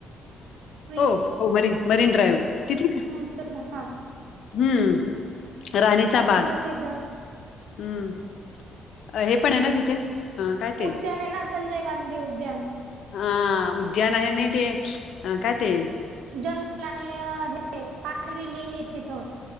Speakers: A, on the right; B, on the left.
A: क्वीन
B: हो हो मरी मरीन ड्राईव्ह तिथे का
A: ब ना
B: हम्म राणीचा बाग
A: प्रसिद्ध
B: हम्म हे पण आहे ना तिथे ह काय ते
A: उद्यान आहे ना संजय गांधी उद्यान
B: हा उद्यान आहे नाही ते अ काय ते
A: जंगलाने हे पायरी लेन येत तिथं